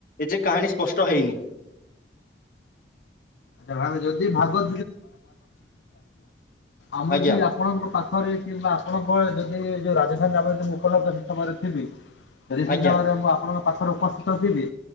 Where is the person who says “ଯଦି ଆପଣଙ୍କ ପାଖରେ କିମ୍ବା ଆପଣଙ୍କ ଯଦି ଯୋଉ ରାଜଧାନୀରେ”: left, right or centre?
Left